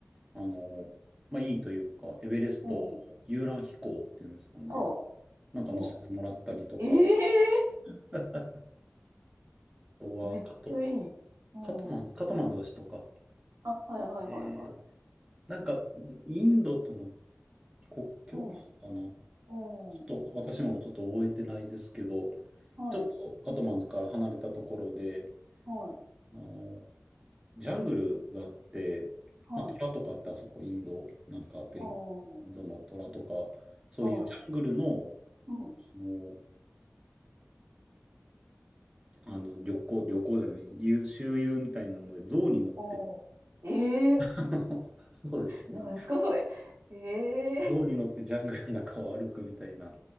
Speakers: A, on the right (about 15°); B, on the right (about 65°).
A: あの、まあいいというか、エベレストの遊覧飛行っていうんですかね、
B: うん、は
A: なんか乗せてもらったりとか、
B: あ、うん。ええ
A: <laughs> あとはカト、
B: ーめっちゃいい。うん。
A: カトマンズ、カトマンズが首都か。
B: あ、はい、はい、
A: えー、
B: はい、はい。
A: なんかインドとの国境なのかな
B: うん、う
A: ちょっと私もちょっと覚えてないですけど、
B: ん、はい、
A: ちょっとカトマンズから離れたところで、
B: はい、
A: あの、ジャングルがあって、
B: はい。
A: まあ、虎とかってあそこインド、なんかベン、
B: うん、
A: インドの虎とか、そういうジャングルの、
B: はい、うん。
A: あの、あの旅行、
B: うん。
A: 旅行じゃない、遊周遊みたいなので、象に乗って、
B: ああ。ええ
A: <laughs> あの、そうですね。
B: なんですか、それ。ええ
A: 象に乗ってジャングルの中を歩くみたいな